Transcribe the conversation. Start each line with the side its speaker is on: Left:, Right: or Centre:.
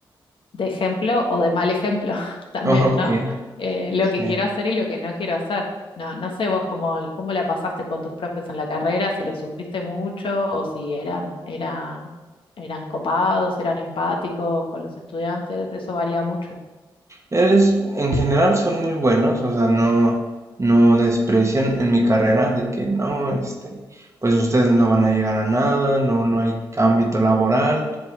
Left: de ejemplo o de mal ejemplo <laughs> también,
Right: Ok,
Left: ¿no? Eh, lo
Right: sí.
Left: que quiero hacer y lo que no quiero hacer. No, no sé vos cómo, cómo la pasaste con tus profes en la carrera, si lo sufriste mucho o si eran, eran, eran copados, eran empáticos con los estudiantes, eso varía mucho.
Right: Eres, en general son muy buenos, o sea, no, no desprecian en mi carrera de que no, este, pues ustedes no van a llegar a nada, no, no hay ámbito laboral.